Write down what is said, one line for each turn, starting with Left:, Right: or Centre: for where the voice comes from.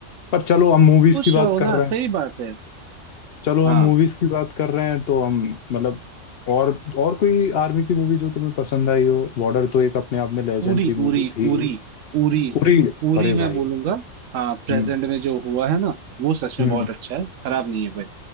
Left: पर चलो हम मूवीज
Right: खुश
Left: की बात
Right: रहो
Left: कर
Right: ना
Left: रहे हैं
Right: सही बात है
Left: चलो
Right: हाँ
Left: हम मूवीज की बात कर रहे हैं तो हम मतलब और और कोई आर्मी की मूवी जो तुम्हें पसंद आई हो बॉर्डर तो एक अपने आप में लेजेंडरी
Right: उरी
Left: मूवी
Right: उरी
Left: थी
Right: उरी उरी
Left: उरी
Right: उरी
Left: अरे
Right: मैं
Left: भाई
Right: बोलूंगा हाँ प्रेजेंट
Left: हम्म
Right: में जो हुआ है ना वो सच
Left: हम्म
Right: में बहुत अच्छा है खराब नहीं है भाई